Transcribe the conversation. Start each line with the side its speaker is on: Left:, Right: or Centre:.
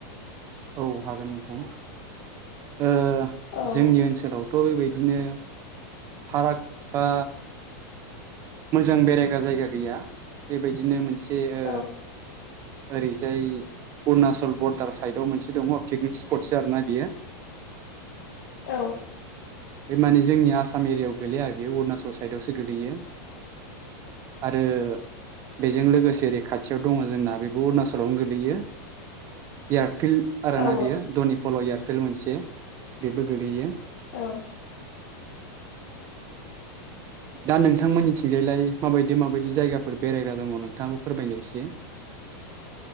Right: औ हागोन नोंथां। ओ
Left: औ
Right: जोंनि ओनसोलावथ' बेबाय दिनो फाराग बा मोजां बेरायग्रा जायगा गैया बेबायदिनो मोन से ओ
Left: औ
Right: ओरैजाय उणाचल बरदार साइड याव मोनसे दङ पिकनिक स्पटसो आरो ना बेयो।
Left: औ
Right: बे माने जोंनि आसाम एरियायाव गोलैया बेयो अरुणाचल साइदआवसो गोलैयो आरो बेजों लोगोसे ओरै खाथियाव दङ जोंना बेबो अरुणाचलावनो गोलैयो एयार फिल्ड आरो
Left: औ
Right: ना बियो दनि फल' एयार फिल मोनसे बेबो गोलैयो।
Left: औ ओ
Right: दा नोंथांमोननिथिंजायलाय माबायदि माबायदि जायगाफोर बेरायग्रा दङ नोंथाङाबो फोरमायदो एसे।